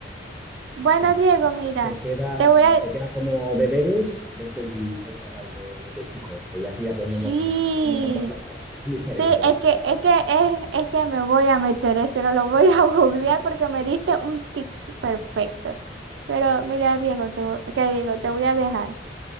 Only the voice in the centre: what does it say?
pues,
te queda,
te queda como deberes verte el, el canal de- del chico este. Y así aprendemos
un- unos cuantos platos diferentes.